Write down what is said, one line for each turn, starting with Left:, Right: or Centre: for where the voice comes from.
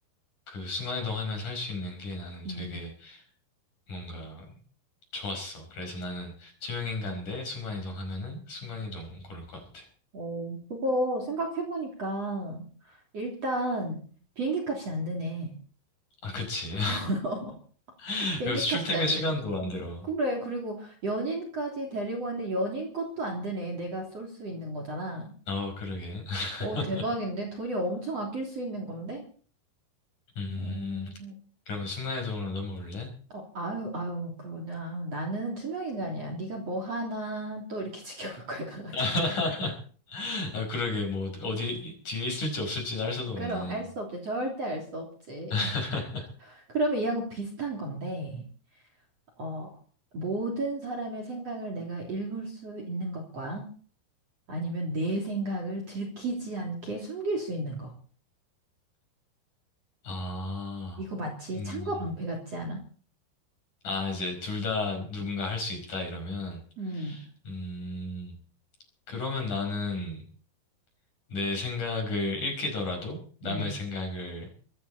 Left: 그 순간이동하면서 할 수 있는 게 나는
Right: 음.
Left: 되게 뭔가 좋았어. 그래서 나는 투명인간데 순간이동하면은 순간이동 고를 것 같아.
Right: 어, 그거 생각해보니까, 일단, 비행기 값이 안 드네.
Left: 아, 그치.
Right: <laughs>
Left: <laughs>
Right: 비행기
Left: 그리고 출퇴근
Right: 값이 안
Left: 시간도
Right: 들고.
Left: 안 들어.
Right: 그래, 그리고 연인까지 데리고 왔는데 연인 것도 안 드네. 내가 쏠 수 있는 거잖아.
Left: 어, 그러게. <laughs>
Right: 어, 대박인데? 돈이 엄청 아낄 수 있는 건데?
Left: 음,
Right: 어,
Left: 그러면 나의동으로 넘어올래?
Right: 어, 아유, 아유, 그거는, 아유, 나는 투명 인간이야. 네가 뭐 하나 또 이렇게 <laughs> 지켜볼 거야, 가가지고.
Left: <laughs> 아, 그러게, 뭐, 어디, 뒤에 있을지 없을지 알 수도
Right: 그럼
Left: 없네.
Right: 알 수 없지. 절대 알 수 없지.
Left: <laughs>
Right: 그러면 이하고 비슷한 건데, 어, 모든 사람의 생각을 내가 읽을 수 있는 것과 아니면 내 생각을 들키지 않게 숨길 수 있는 거.
Left: 아,
Right: 이거 마치
Left: 음,
Right: 창과 방패 같지 않아?
Left: 아, 이제 둘 다 누군가 할 수 있다, 이러면.
Right: 음,
Left: 음, 그러면 나는 내 생각을 읽히더라도 남의
Right: 음.
Left: 생각을